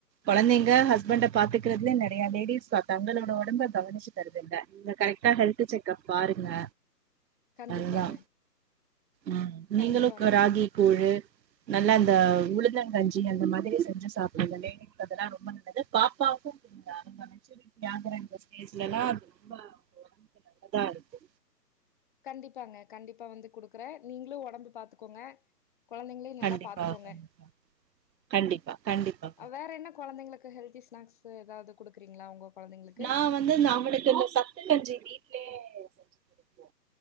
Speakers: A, on the right; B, on the left.
A: கொழந்தைங்க ஹஸ்பண்ட பாத்துக்கறதுலே நெறைய லேடிஸ் தங்களோட ஒடம்ப கவனிச்சுக்கிறது இல்ல நீங்க கரெக்டா ஹெல்த் செக்ப் பாருங்க
B: கண்டிப்பாங்க
A: அதுதா ம் நீங்களு
B: கண்டிப்பா
A: ராகி கூழு நல்லா அந்த உளுந்தங்கஞ்சி அந்த மாதிரி செஞ்சு சாப்டுங்க லேடிஸ்க்கு அதெல்லா ரொம்ப நல்லது பாப்பாக்கு குடுங்க அவங்க மெஜ்யூரிட்டி ஆகுற இந்த ஸ்டேஜ்லல்லா அது ரொம்ப நல்லதா இருக்கு
B: கண்டிப்பாங்க கண்டிப்பா வந்து குடுக்கறே நீங்களு ஒடம்பு பாத்துக்கோங்க கொழந்தைங்களையு நல்லா
A: கண்டிப்பா
B: பாத்துக்கோங்க
A: கண்டிப்பா கண்டிப்பா
B: ஆ
A: கண்டிப்பா
B: ஆ வேற என்ன கொழந்தைங்களுக்கு ஹெல்த் டீ ஸ்நாக்ஸ்ஸு எதாவது குடுக்குறீங்களா உங்க குழந்தைங்களுக்கு?
A: நா வந்து இந்த அவளுக்கு இந்த சத்துக்கஞ்சி வீட்லயே <inaudible> செஞ்சி குடுப்போ